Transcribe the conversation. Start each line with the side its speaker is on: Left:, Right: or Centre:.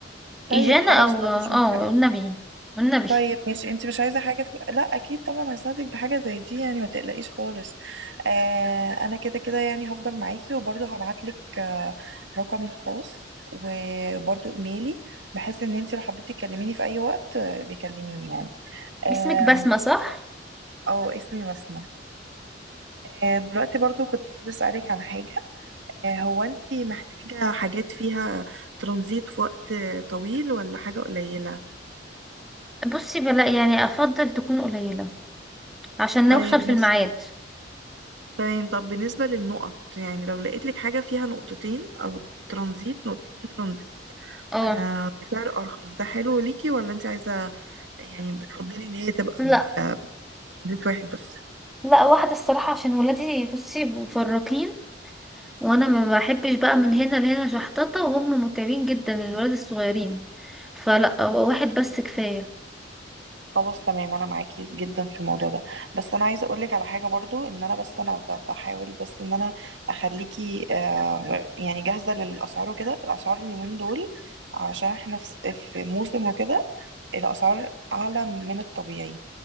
Right: طيب
Centre: ايجانا
Right: خلاص
Centre: او
Right: ما
Centre: اه
Right: فيش مشكلة
Centre: والنبي والنبي
Right: طيب ماشي انت مش عايزة حاجة في... لا اكيد طبعا هساعدك بحاجة زي دي يعني ما تقلقيش خالص آه انا كده كده يعني هفضل معاكي وبرضه هبعت لك آه رقمي الخاص وبرضه ايميلي بحيث ان انت لو حبيتي تكلميني في اي وقت آه، بيكلميني يعني
Centre: باسمك بسمه
Right: آم،
Centre: صح
Right: اه اسمي بسمة آه، دلوقتي برضو كنت عايزة أسألك عن حاجة آه، هو أنتي محتاجة حاجات فيها ترانزيت في وقت آه، طويل ولا حاجة قليلة؟
Centre: بصي بلا يعني افضل تكون قليله عشان
Right: طيب
Centre: نوصل في
Right: ماشي
Centre: الميعاد
Right: تمام طب بالنسبة للنقط يعني لو لقيت لك حاجة فيها نقطتين أو ترانزيت نقطتين ترانزيت
Centre: اه
Right: آه، بسعر أرخص ده حلو ليكي ولا أنتي عايزة يعني بتفضلي إن هي تبقى
Centre: لا
Right: ب- آه، بترانزيت واحد بس؟
Centre: لا واحدة الصراحة عشان ولادي بصي مفرقين وانا ما بحبش بقى من هنا لهنا شحططة وهم متعبين جدا الولاد الصغيرين فلا هو واحد بس كفاية
Right: خلاص تمام انا معاكي جدا في الموضوع ده بس انا عايزه اقولك على حاجه برضو ان انا بس انا ب- بحاول بس ان انا اخليكي آه يعني جاهزه للاسعار وكده الاسعار اليومين دول علشان احنا في في موسم وكده الاسعار اعلى من الطبيعي